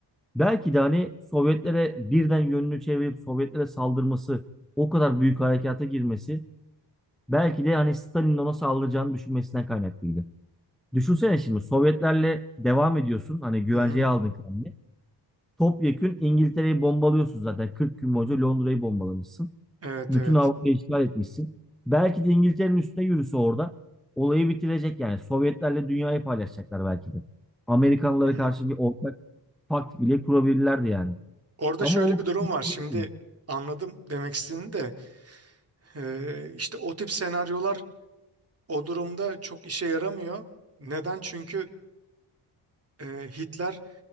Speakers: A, in the centre; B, on the right (about 35°).
A: Belki de hani Sovyetlere birden yönünü çevirip Sovyetlere saldırması, o kadar büyük harekata girmesi belki de hani Stalin'in ona saldıracağını düşünmesinden kaynaklıydı. Düşünsene şimdi Sovyetlerle devam ediyorsun. Hani güvenceye
B: Hı hı.
A: aldın kendini. Topyekün İngiltere'yi bombalıyorsun zaten. 40 gün boyunca Londra'yı bombalamışsın.
B: Evet
A: Bütün
B: evet.
A: Avrupa'yı işgal etmişsin. Belki de İngiltere'nin üstüne yürüse orada olayı bitirecek yani. Sovyetlerle dünyayı paylaşacaklar belki de. Amerikanlara
B: Hı hı.
A: karşı bir ortak pakt bile kurabilirlerdi yani.
B: Orada
A: Ama
B: şöyle
A: o
B: bir
A: kısmı
B: durum var. Şimdi
A: değil.
B: anladım demek istediğini de e, işte o tip senaryolar o durumda çok işe yaramıyor. Neden? Çünkü e, Hitler